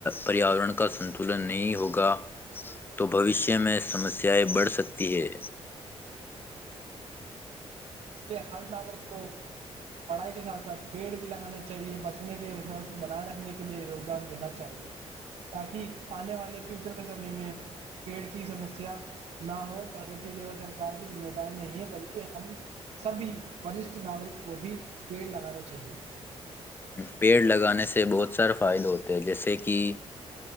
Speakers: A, on the left (about 20°); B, on the right (about 70°).
A: پریاورن کا سنتلن نہیں ہوگا تو بوشیہ میں سمسیائیں بڑھ سکتی ہیں
B: اس ہر ناگرک کو پڑھائی کے ساتھ ساتھ پیڑ بھی لگانا چاہیے بچنے کے سوستھ بنائے رکھنے کے لیے یگدان دینا چاہیے تاکہ آنے والے فیوچر کے سمے میں پیڑ کی سمسیا نہ ہو پرگتی لی سرک کی ذمہ داری نہیں ہے بلکہ ہم سبھی وورشٹھ ناگرک کو بھی پیڑ لگانے چاہیے
A: پیڑ لگانے سے بہت سارے فائدے ہوتے ہیں جیسے کہ